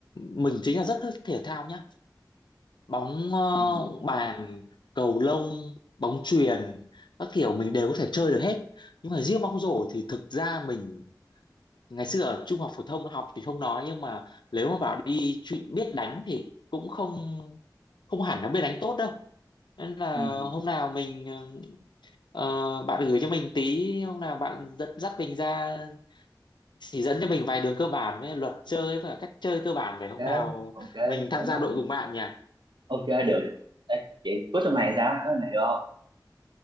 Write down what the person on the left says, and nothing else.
mình chính là rất thích thể thao nhá bóng ờ,
bàn cầu lông bóng chuyền các kiểu mình đều có thể chơi được hết nhưng mà riêng bóng rổ thì thực ra mình ngày xưa ở trung học phổ thông học thì không nói nhưng mà nếu mà bảo đi chuyện biết đánh thì cũng không không hẳn là biết đánh tốt đâu nên là
hôm nào mình ờ, bạn gửi cho mình tí hôm nào bạn dẫn dắt mình ra chỉ dẫn cho mình vài đường cơ bản với luật chơi và cách chơi cơ bản để hôm
nào
mình tham
gia đội cùng bạn nhỉ